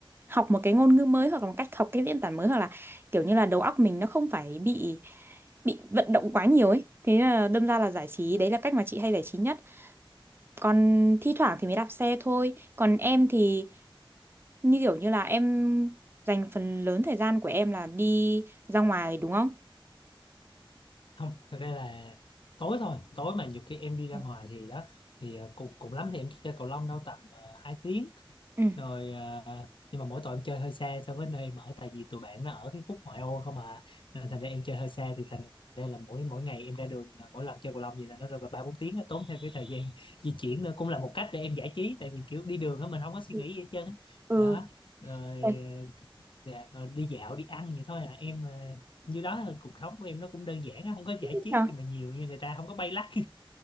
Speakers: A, on the right (about 25°); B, on the left (about 65°).
A: học một cái ngôn ngữ mới hoặc là một cách học cái diễn tả mới hoặc là kiểu như là đầu óc mình nó không phải bị bị vận động quá nhiều ấy thế là đâm ra là giải trí đấy là cách mà chị hay giải trí nhất còn thi thoảng thì mới đạp xe thôi còn em thì như kiểu như là em dành phần lớn thời gian của em là đi ra ngoài đúng không
B: không thật ra là tối thôi tối mà nhiều khi em đi ra
A: Ừ.
B: ngoài thì đó thì ờ, cùng cùng lắm thì em chơi cầu lông đâu tầm ờ, hai tiếng
A: Ừ.
B: rồi à, nhưng mà mỗi tội em chơi hơi xa so với nơi em ở tại vì tụi bạn nó ở cái khúc ngoại ô không à nên thành ra em chơi hơi xa thì thành ra là mỗi mỗi ngày em ra đường là mỗi lần chơi cầu lông gì là nó rơi vào ba bốn tiếng á, tốn thêm cái thời gian di chuyển nữa cũng là một cách để em giải trí tại vì kiểu đi đường á mình không có suy
A: ừ
B: nghĩ gì hết trơn á.
A: Ừ,
B: đó rồi,
A: Thế
B: à, dạ, rồi đi dạo đi ăn vậy thôi à em à, như đó là cuộc sống của em nó cũng đơn giản á, không có
A: thích
B: giải trí
A: nhờ
B: gì mà nhiều như người ta không có bay lắc